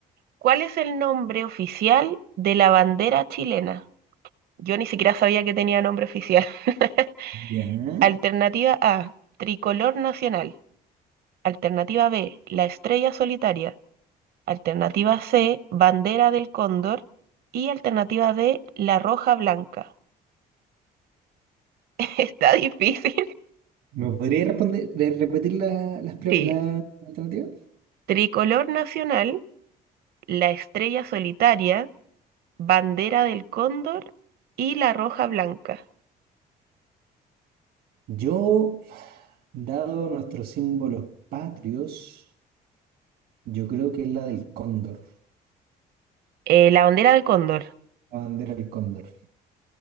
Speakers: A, on the right; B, on the right.
A: ¿Cuál es el nombre oficial de la bandera chilena? Yo ni siquiera sabía que tenía nombre oficial. <laughs>
B: Ya.
A: Alternativa A, tricolor nacional. Alternativa B, la estrella solitaria. Alternativa C, bandera del cóndor. Y alternativa D, la roja blanca. <laughs> Está difícil.
B: ¿Me podría responder, de- repetir la, las pre-
A: Sí.
B: la alternativa?
A: Tricolor nacional, la estrella solitaria, bandera del cóndor y la roja blanca.
B: Yo, dado nuestros símbolos patrios. Yo creo que es la del cóndor,
A: Eh, la bandera del cóndor.
B: la bandera del cóndor.